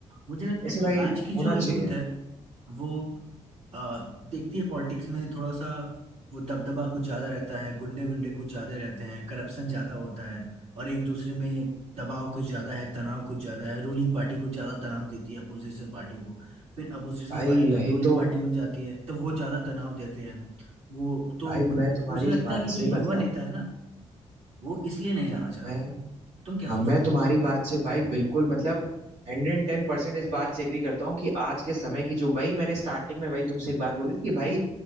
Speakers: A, on the right; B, on the right.
A: मुझे लगता
B: ऐसे
A: है कि
B: भाई
A: आज की जो
B: होना
A: यूथ
B: चाहिए
A: है वो आ, देखती है पॉलिटिक्स में थोड़ा सा वो दबदबा कुछ ज़्यादा रहता है गुंडे वुंडे कुछ ज़्यादा रहते हैं करप्शन ज़्यादा होता है और एक दूसरे में दबाव कुछ ज़्यादा है तनाव कुछ ज़्यादा है रूलिंग पार्टी कुछ ज़्यादा तनाव देती है अपोजिशन पार्टी को फिर अपोजिशन
B: भाई
A: पार्टी
B: यही
A: तब रूलिंग
B: तो
A: पार्टी में जाती है तो वो ज़्यादा तनाव देते हैं वो तो
B: भाई
A: मु-
B: मैं तुम्हारी
A: मुझे लगता
B: इस बात
A: है कि
B: से
A: जो युवा
B: मतलब
A: नेता है ना वो इसलिए नहीं जाना चाहती
B: मैं
A: तुम क्या
B: हाँ
A: सोचते
B: मैं तुम्हारी
A: हो
B: बात से भाई बिल्कुल मतलब हंड्रेड एंड टेन परसेंट इस बात से एग्री करता हूँ कि आज के समय की जो वही मैंने स्टार्टिंग में वही तुमसे एक बात बोली थी कि भाई